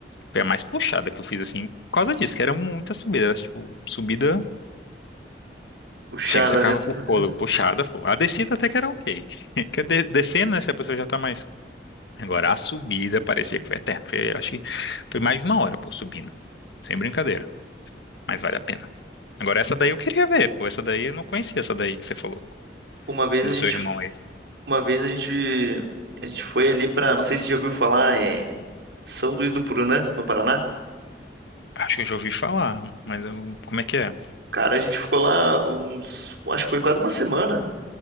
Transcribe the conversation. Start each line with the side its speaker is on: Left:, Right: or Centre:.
Left: foi a mais puxada que eu fiz, assim, por causa disso, que era muita subida, era, tipo, subida.
Right: puxada
Left: Chega, você ficava
Right: mesmo.
Left: com o fôlego
Right: né?
Left: puxada, pô. A descida até que era ok. <laughs> Que de- Descendo, né, se a pessoa já tá mais. Agora, a subida parecia que foi eterna. Foi, acho que foi mais de uma hora, pô, subindo. Sem brincadeira, mas vale a pena. Agora, essa daí eu queria ver, pô. Essa daí eu não conhecia, essa daí que você falou,
Right: Uma vez
Left: do
Right: a gente,
Left: seu irmão aí.
Right: uma vez a gente, a gente foi ali pra, não sei se já ouviu falar, é São Luís do Purunã, no Paraná.
Left: Acho que eu já ouvi falar, mas eu- como é que é?
Right: Cara, a gente ficou lá uns, eu acho que foi quase uma semana.